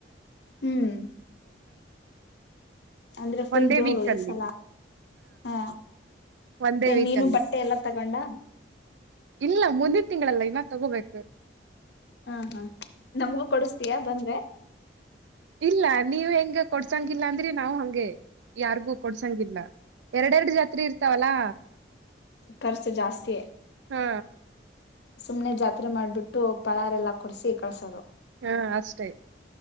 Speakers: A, on the left (about 65°); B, on the right (about 75°).
A: ಹ್ಮ್ ಅಂದ್ರೆ ಫುಲ್
B: ಒಂದೇ
A: ಜೋರು
B: ವೀಕ್
A: ಈ
B: ಅಲ್ಲಿ
A: ಸಲ ಹಾ
B: ಒಂದೇ
A: ಏನ್
B: ವೀಕ್
A: ನೀನು
B: ಅಲ್ಲಿ
A: ಬಟ್ಟೆ ಎಲ್ಲಾ ತಗೊಂಡ
B: ಇಲ್ಲ ಮುಂದಿನ ತಿಂಗಳಲ್ಲ ಇನ್ನ ತಗೋಬೇಕು
A: ಹಾ ಹಾ ನಮ್ಗೂ ಕೊಡಸ್ತಯಾ ಬಂದ್ರೆ
B: ಇಲ್ಲ ನೀವ್ ಹೆಂಗ ಕೊಡ್ಸಂಗಿಲ್ಲ ಅಂದ್ರೆ ನಾವ್ ಹಗೆ ಯಾರ್ಗೂ ಕೊಡ್ಸಂಗಿಲ್ಲ ಎರಡೆರಡು ಜಾತ್ರೆ ಇರ್ತಾವಲ್ಲಾ
A: ಖರ್ಚು ಜಾಸ್ತಿ
B: ಹಾ
A: ಸುಮ್ನೆ ಜಾತ್ರೆ ಮಾಡ್ಬಿಟ್ಟು ಪಳಾರೆ ಎಲ್ಲಾ ಕೊಡಸಿ ಕಳ್ಸೋರು
B: ಹಾ ಅಷ್ಟೇ